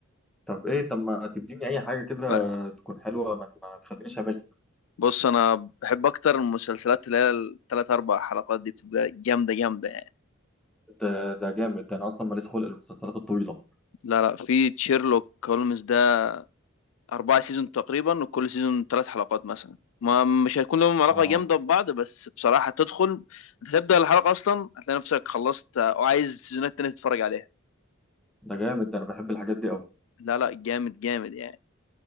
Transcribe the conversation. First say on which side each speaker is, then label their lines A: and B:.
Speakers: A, in the centre; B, on the left.
A: طب ايه طب ما تديني اي حاجه كده
B: ب-
A: تكون حلوه ما, ما تخلينيش اعملها
B: بص انا بحب اكتر المسلسلات اللي هي الثلاث اربع حلقات دي بتبقى جامدة جامدة يعني
A: ده ده جامد ده انا اصلا ماليش خلق المسلسلات الطويله
B: لا لا في تشيرلوك هولمز ده اربع سيزون تقريبا وكل سيزون ثلاث حلقات مثلا ما مش هيكون لهم علاقة
A: اه
B: جامدة ببعض بس بصراحة تدخل انت تبدأ الحلقة اصلا هتلاقي نفسك خلصت وعايز سيزونات تانية تتفرج عليها
A: ده جامد ده انا بحب الحاجات دي قوي
B: لا لا جامد جامد يعني